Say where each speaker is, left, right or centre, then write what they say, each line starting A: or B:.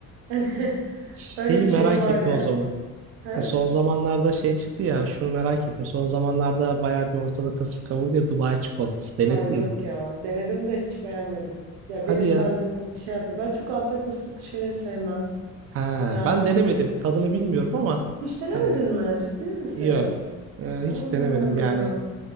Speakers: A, on the right (about 85°); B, on the right (about 35°).
A: hani <laughs>
B: Şeyi
A: öyle bir şeyim
B: merak
A: var
B: ettim
A: yani
B: o zaman.
A: ha?
B: E son zamanlarda şey çıktı ya şunu merak ettim. Son zamanlarda bayağı bir ortalık kasıp kavurdu ya Dubai çikolatası. Denedin
A: Ay yok
B: mi?
A: ya denedim de hiç beğenmedim ya
B: Hadi
A: benim
B: ya.
A: tarzımı şey yapmıyor ben çok Antep fıstıklı şeyleri sevmem
B: Ha,
A: yani
B: ben denemedim. Tadını bilmiyorum ama
A: hiç denemedin
B: hani
A: mi ciddi misin?
B: yok. E,
A: Allah
B: hiç denemedim
A: Allah.
B: yani.